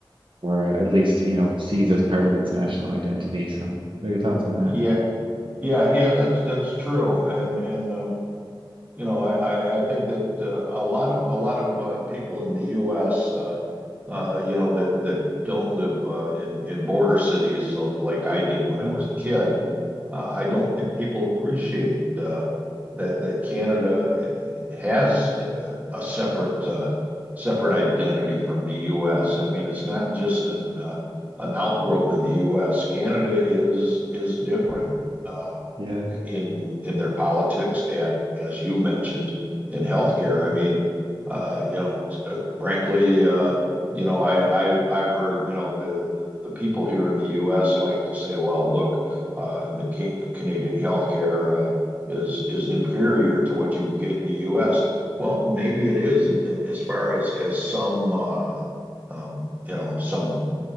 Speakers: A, on the right; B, on the right.
A: or at least you know sees as part of its national identity. So, what are your thoughts on that?
B: yeah yeah yeah that's that's true and and um, you know, I, I, I think that uh, a lot of a lot of uh, people in the U.S. Uh, uh, you know that that don't live uh, in in border cities uh, like I did when I
A: Mm,
B: was a kid. Uh, I don't think people appreciate uh, that that Canada uh, has uh, a separate uh, separate identity from the U.S. I mean, it's not just an uh, an outgrowth of the U.S. Canada is is different. Uh,
A: Yeah,
B: in in their politics, and as you mentioned, in healthcare.
A: Mm,
B: I mean, uh, you know, uh, frankly, uh, you know, I, I've I've heard you know the, the the people here in the U.S. like to say, well, look, uh, the, ca the Canadian healthcare uh, is is inferior to what you can get in the U.S. Well, maybe it is uh, as far as as some uh, um, you know some